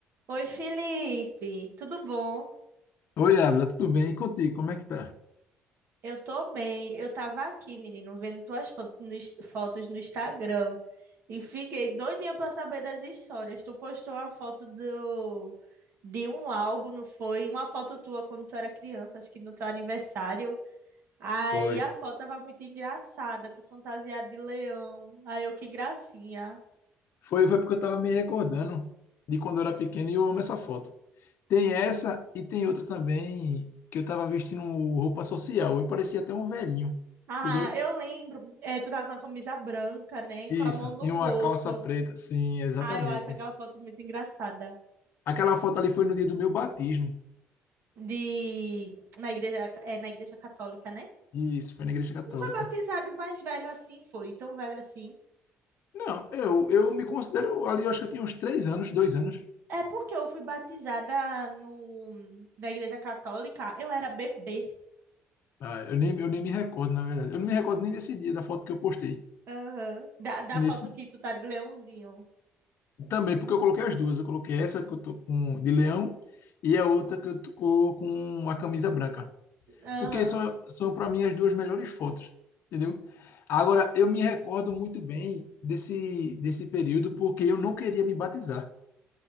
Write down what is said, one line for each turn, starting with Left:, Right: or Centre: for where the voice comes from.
Right: Oi, Felipe, tudo bom?
Left: Oi, Abra, tudo bem? E contigo, como é que tá?
Right: Eu tô bem. Eu tava aqui, menino, vendo tuas fotos no, ins- fotos no Instagram e fiquei doidinha pra saber das histórias. Tu postou uma foto do, de um álbum, não foi? Uma foto tua quando tu era criança, acho que no teu aniversário. Aí
Left: Foi.
Right: a foto tava muito engraçada, tu fantasiada de leão. Aí eu, que gracinha.
Left: Foi, foi porque eu tava me recordando de quando eu era pequeno e eu amo essa foto. Tem essa e tem outra também que eu tava vestindo roupa social. Eu parecia até um velhinho,
Right: Ah,
Left: entendeu?
Right: eu lembro. É, tu tava com a camisa branca, né? Com
Left: Isso,
Right: a mão no
Left: e uma
Right: bolso.
Left: calça preta, sim, exatamente.
Right: Ah, eu acho aquela foto muito engraçada.
Left: Aquela foto ali foi no dia do meu batismo.
Right: de na igreja é na igreja católica, né?
Left: Isso, foi na Igreja Católica.
Right: Tu foi batizado mais velho assim, foi tão velho assim.
Left: Não, eu, eu me considero ali, eu acho que eu tinha uns três anos, dois anos.
Right: É porque eu fui batizada no na igreja católica, eu era bebê.
Left: Ah, eu nem, eu nem me recordo, na verdade. Eu não me recordo nem desse dia da foto que eu postei.
Right: Aham. Da, da
Left: Nesse.
Right: foto que tu tá de leãozinho.
Left: Também, porque eu coloquei as duas. Eu coloquei essa que eu tô com, de leão e a outra que eu tô com a camisa branca.
Right: Aham.
Left: Porque são, são para mim, as duas melhores fotos, entendeu? Agora, eu me recordo muito bem desse, desse período porque eu não queria me batizar.